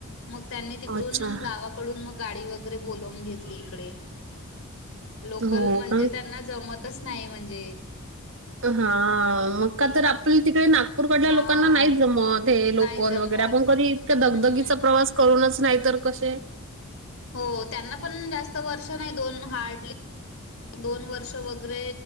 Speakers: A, on the left; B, on the right.
A: मग त्यांनी तिकडून
B: अच्छा.
A: गावा. डून मग गाडी वगरे बून घेतली इडे लोक
B: हो
A: म्हणज.
B: का?
A: त्यांना जमतच नाही म्हणजे.
B: हा मग का तर आपली तिकडे ना. नागपूरकडल्या
A: हां.
B: लोकांना नाही जमत हे लोकन
A: नाही हं. जमत.
B: वगैरे आपण कधी इतका दगदगीचा
A: हम्म.
B: प्रवास कळूनच नाही तर कसे
A: हो त्यांना पण जास्त वर्ष नाही दोन हार्डली दोन वर्ष वगैरे